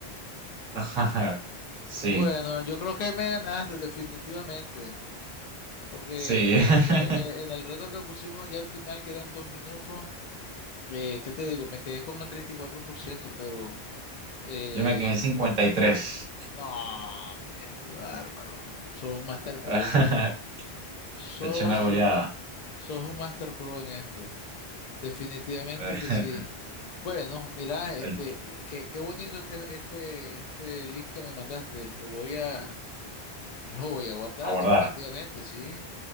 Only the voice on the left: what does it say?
Bueno, yo creo que me ganaste definitivamente, porque
ya e- en el reto que pusimos ya al final, que eran dos minutos, eh, ¿qué te digo? Me quedé con el treinta y cuatro por ciento pero eh,
no, me, qué bárbaro. Sos un Master
Pro. Sos
un, sos un Master Pro en esto. Definitivamente
que sí. Bueno, mira, este,
qué, qué bonito este, este, este link que me mandaste. Lo voy a Lo voy a guardar
definitivamente, sí,